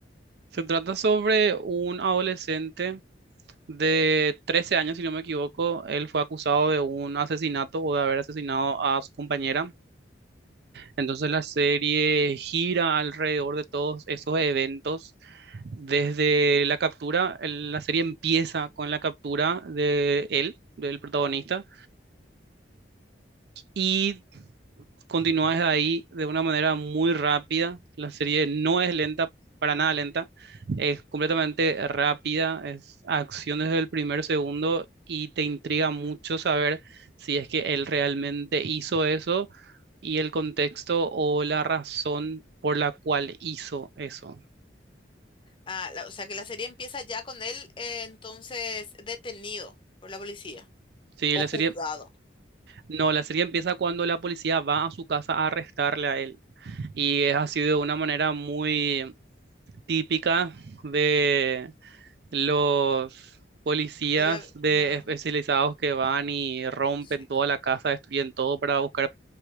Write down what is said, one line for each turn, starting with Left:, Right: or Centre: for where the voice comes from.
Right: Se trata sobre un adolescente de 13 años, si no me equivoco. Él fue acusado de un asesinato o de haber asesinado a su compañera. Entonces la serie gira alrededor de todos esos eventos. Desde la captura, el- la serie empieza con la captura de él, del protagonista, y continúas de ahí de una manera muy rápida. La serie no es lenta, para nada lenta, es completamente rápida, es acción desde el primer segundo y te intriga mucho saber si es que él realmente hizo eso y el contexto o la razón por la cual hizo eso.
Left: Ah, la- o sea que la serie empieza ya con él eh, entonces detenido por la policía
Right: Sí,
Left: o
Right: la
Left: juzgado.
Right: serie, no, la serie empieza cuando la policía va a su casa a arrestarle a él y es así de una manera muy típica de los policías
Left: De la,
Right: de
Left: ah,
Right: especializados que van y rompen
Left: sí,
Right: toda
Left: co-
Right: la casa, destruyen todo para buscar